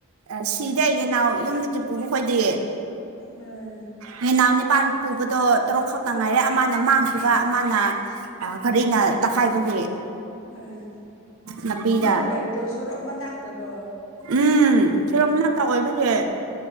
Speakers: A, on the right (about 70°); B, on the left (about 60°).
A: ꯑꯁꯤꯗꯩ ꯑꯩꯒꯤꯅꯥꯎ ꯌꯨꯝꯗꯒꯤ ꯄꯨꯕ ꯈꯣꯏꯗꯤ
B: ꯎꯝ
A: ꯅꯨꯅꯥꯎ ꯅꯤꯄꯥꯥꯟ ꯄꯨꯕꯗꯣ ꯇꯔꯨꯛ ꯈꯛꯇ ꯉꯥꯏꯔꯦ ꯑꯃꯅ ꯃꯥꯡꯈꯤꯕ ꯑꯃꯅ ꯒꯔꯤꯅ ꯇꯛꯈꯥꯏꯕꯒꯤ
B: ꯎꯝ
A: ꯂꯝꯕꯤꯗ
B: ꯅꯣꯏ ꯂꯩꯕꯗꯣ ꯁꯣꯔꯣꯛ ꯃꯅꯥꯛꯇꯔꯣ
A: ꯎꯝ ꯊꯤꯔꯣ ꯃꯅꯥꯛꯇ ꯑꯣꯏꯕꯒꯤꯦ